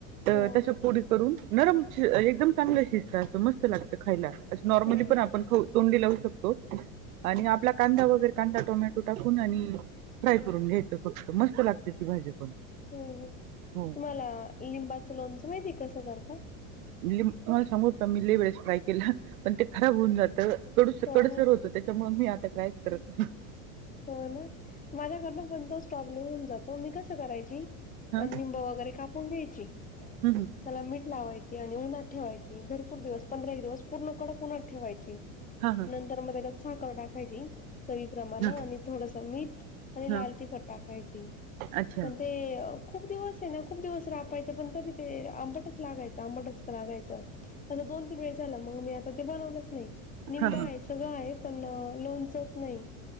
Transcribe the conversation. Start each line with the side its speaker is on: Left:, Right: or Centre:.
Right: तर
Left: हो,
Right: त्याच्या
Left: हो.
Right: पोडी करून नरम एकदम चांगल मस्त ला खायला नॉर्मली
Left: हो
Right: पण
Left: ना?
Right: आपण खाऊ तोंडी लाऊ तोंडी शकतो. आणि आपला कांदा वगैरे कांदा, टोमॅटो टाकून आणि फ्राय करून घ्यायचं फक्त मस्त लागते ती भाजी पण
Left: हो हो
Right: हो
Left: तुम्हाला लिंबाचं लोणचं माहिती आहे का कसं करता.
Right: ली तुम्हाला सांग का मले वेळेस काय केलं पण ते खराब होऊन जात. तर कडूसर
Left: हा
Right: कडूसर
Left: हा
Right: होत ते, त्याच्यामुळे मी आता ट्रायच कायच करत नाही.
Left: हो न माझ्याकडनं पण तोच प्रॉब्लेम होऊन जातो. त मी कसं करायचीनिंब
Right: हा
Left: वगैरे कापून घ्यायची.
Right: हम्म
Left: त्याला मीठ लावायची आणि उन्हात ठेवायची भरपूर दिवस पंधरा एक दिवस पूर्ण कडक उन्हात ठेवायची.
Right: हा हा
Left: नंतर मग त्याच्यात साखर टाकायची. प्रमाण
Right: हा
Left: आणि थोडस मीठ आणि
Right: हा
Left: लाल तिखट टाकायची
Right: अच्छा
Left: पण ते खूप दिवस आहे ना खूप दिवस रापायचं पण तरी ते आंबटच लागायचं आंबटच लागायचं. <unintelligible> असं दोन तीन वेळ झाला मग मी आता ते बनवलंच नाही निंब
Right: हा
Left: आहे
Right: हा
Left: सगळं आहे पण लोणचच नाही.